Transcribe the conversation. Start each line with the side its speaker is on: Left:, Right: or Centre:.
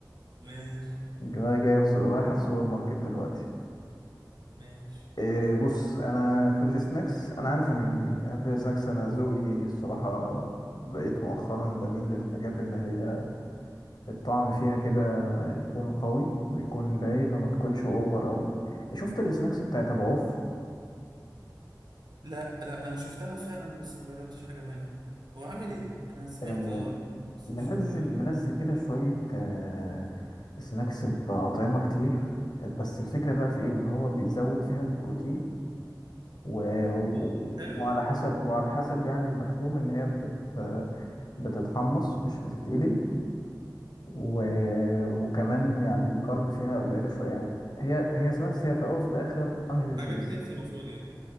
Right: ماشي
Left: <laughs> دماغي جاية في- رايحة السوبر ماركت دلوقتي
Right: ماشي
Left: إيه بص انا في السناكس انا عارف انا هجيب ايه يعني في السناكس انا ذوقي الصراحه بقيت مؤخرا بميل للحاجات اللي هي الطعم فيها كده يكون قوي ويكون باين وما تكونش اوفر قوي شفت السناكس بتاعت ابو عوف
Right: لا لا انا شفتها فعلا بس ما جربتش حاجه منها هو عامل ايه؟ انا سمعت
Left: آه،
Right: اه بس
Left: منزل
Right: مش متابع
Left: منزل كده شويه آه، سناكس باطعمه كتير بس الفكره بقى في ايه ان هو بيزود فيها البروتين و... و-
Right: اه حلو
Left: وعلى
Right: ده
Left: حسب وعلى حسب يعني المكتوب ان هي بتت بتتحمص مش بتتقلي و... وكمان يعني الكارب فيها قليله شويه يعني هي هي سناكس هي في الاول وفي الاخر انهيلثي
Right: حاجات
Left: بس
Right: هيلثي المفروض يعني